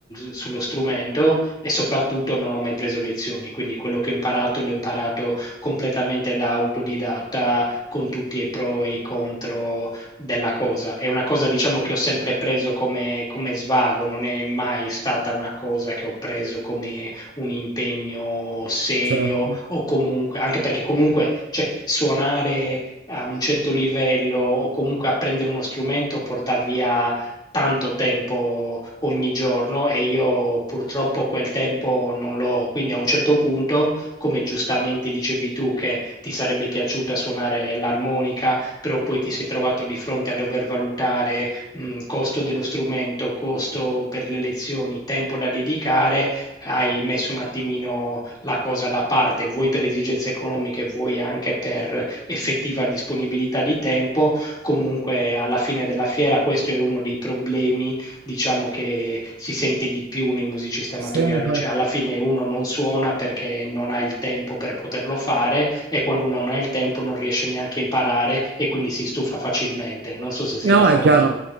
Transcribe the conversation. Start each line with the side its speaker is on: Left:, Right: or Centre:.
Left: sullo strumento e soprattutto non ho mai preso lezioni, quindi quello che ho imparato l'ho imparato completamente da autodidatta, con tutti i pro e i contro della cosa. È una cosa, diciamo, che ho sempre preso come, come svago, non è mai stata una cosa che ho preso come un impegno serio
Right: certo.
Left: o comunque, anche perché comunque, cioè, suonare a un certo livello o comunque apprendere uno strumento porta via tanto tempo ogni giorno e io purtroppo quel tempo non l'ho, quindi a un certo punto, come giustamente dicevi tu, che ti sarebbe piaciuta suonare l'armonica però poi ti sei trovato di fronte a dover valutare mh, costo dello strumento, costo per le lezioni, tempo da dedicare, hai messo un attimino la cosa da parte, vuoi per esigenze economiche, vuoi anche per effettiva disponibilità di tempo. Comunque alla fine della fiera questo è uno dei problemi diciamo che si sente di più nei musicisti amatoriali,
Right: sempre
Left: cioè alla fine uno non suona perché non ha il tempo per poterlo fare e quando uno non ha il tempo non riesce neanche a imparare e quindi si stufa facilmente. Non so se sei
Right: No,
Left: d'accordo.
Right: è chiaro,